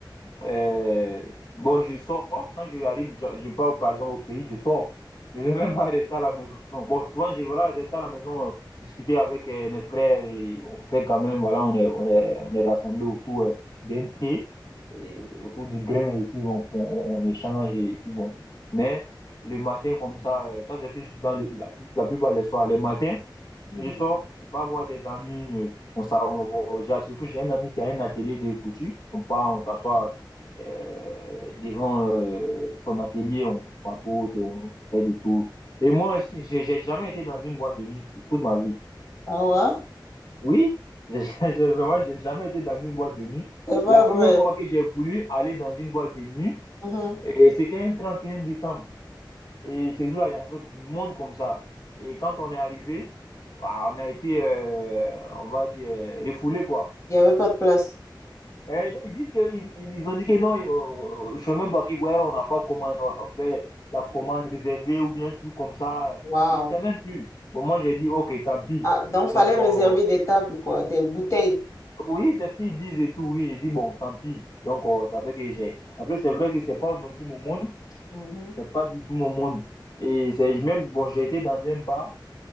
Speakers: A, on the left (about 55°); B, on the left (about 35°).
A: Euh, bon, je sors. Quand je arrive, je, je pars par exemple au pays, je sors. Je ne vais même pas rester à la maison. Bon, souvent, je vais rester à la maison, euh, discuter avec euh, mes frères. Et on fait quand même, voilà, on est, on est, on est rassemblés autour euh, d'un thé, et autour du grain, et puis on, on- on échange, et puis bon. Mais le matin, comme ça, euh, ça c'est plus dans le- la, la plupart des soirs. Le matin,
B: Mhm.
A: mais je sors, je pars voir des amis. euh, On, s'a- on- on- j'ai- surtout, j'ai un ami qui a un atelier de couture. On part, on s'assoit euh, devant euh, son atelier, on papote, on fait de tout. Et moi, je- j'ai j'ai jamais été dans une boîte de nuit de toute ma vie.
B: Ah ouais?
A: Oui, j'ai <laughs> j'ai- j'ai- vraiment, j'ai jamais été dans une boîte de nuit.
B: C'est pas
A: La première
B: vrai.
A: fois que j'ai voulu aller dans une boîte de nuit,
B: Mhm.
A: et c'était un 31 décembre. Et ces jours-là, il y avait du monde comme ça. Et quand on est arrivé, bah, on a été, euh, on va dire, euh, refoulé, quoi.
B: Il n'y avait pas de place.
A: Et ils disent que, ils, ils ont dit que non, euh, je sais même pas qui, ouais, on n'a pas comment euh, fait la commande réservée ou bien un truc comme ça.
B: Waouh.
A: Je sais même plus. Bon, moi, j'ai dit, ok, tant pis.
B: Ah, donc, fallait
A: Donc,
B: réserver
A: euh,
B: des tables, quoi, des bouteilles.
A: oui, c'est ce qu'ils disent et tout. Oui, j'ai dit, bon, tant pis. Donc, euh, ça fait que j'ai. Après, c'est vrai que c'est pas non plus mon monde.
B: Mhm.
A: C'est pas du tout mon monde. Et c'est même, bon, j'ai été dans un bar